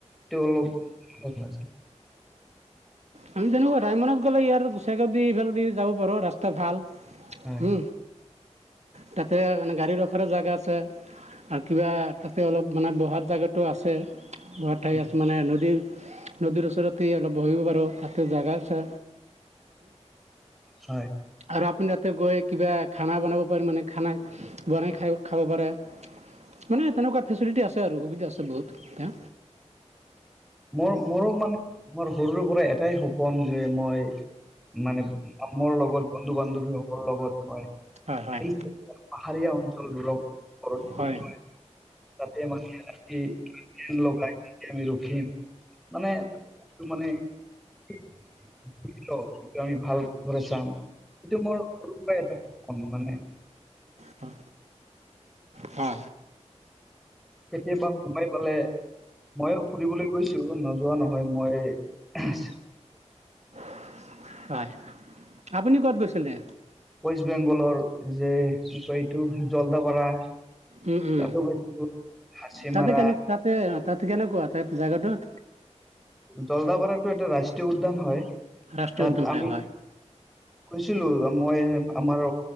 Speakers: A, in the centre; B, on the right.
A: তো অলপ <unintelligible>
B: আমি যেনেকুৱা ৰাইমনাত গ'লে ইয়াৰ গোচাইগাঁও দি ইফাল দি যাব পাৰ ৰাস্তা ভাল।
A: হয়,
B: উম। তাতে মানে গাড়ী ৰখাৰো জেগা আছে, আৰু কিবা তাতে অলপ মানে বহাৰ জেগাটো আছে। ঘৰত ঠাই
A: উম,
B: আছে মানে নদীৰ নদীৰ ওচৰতেই অলপ বহিব পাৰোঁ। তাতে জেগা আছে।
A: হয়।
B: আৰু আপুনি তাতে গৈ কিবা খানা বনাব পাৰে মানে খানা, বনাই খাই-খাব পাৰে, মানে তেনেকুৱা ফেচিলিটি আছে আৰু সুবিধা আছে বহুত এতিয়া।
A: মোৰ মোৰো মানে, মোৰ সৰুৰে পৰা এটাই সপ শুন যে মই, মানে মোৰ লগত বন্ধু বান্ধৱীসকল লগত মই
B: হয় হয়
A: সেই যে পাহাৰীয়া চল ব্ৰ', ঘৰত
B: হয়
A: গৈ <unintelligible> তাত মানে ৰাতি কিবাকে লগাই ৰখিম। মানে, তো মানে। সেইটো আমি ভালদৰে চাম, এইটো মোৰ সৰুৰ পৰাই এটা সন্মানে।
B: হা - হা।
A: কেতিয়াবা সোমাই পালে, ময়ো ফুৰিবলৈ গৈছো নোযোৱা নহয়। মই
B: <inaudible> হয় আপুনি ক'ত গৈছিলে?
A: ৱেষ্ট বেংগলৰ যে কি কয় এইটো জলদাপাৰা।
B: উম উম,
A: তাতো গৈছিলো হাচিমাৰা
B: তাতে কন তাতে তাত কেনেকুৱা তাইপ জেগাটোত?
A: জলদাপাৰা টো এটা ৰাষ্ট উদ্যান হয়।
B: ৰাষ্ট্ৰীয়
A: তাত
B: উদ্যান
A: আমি
B: হয় হয়
A: কৈছিলোঁ মই আমাৰ